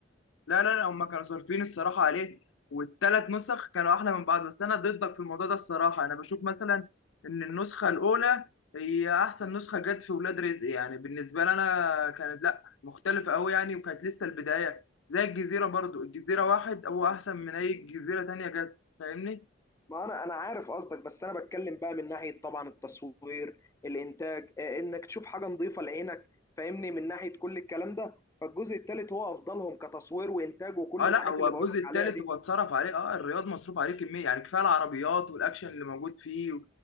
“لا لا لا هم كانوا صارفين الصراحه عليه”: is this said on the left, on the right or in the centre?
Left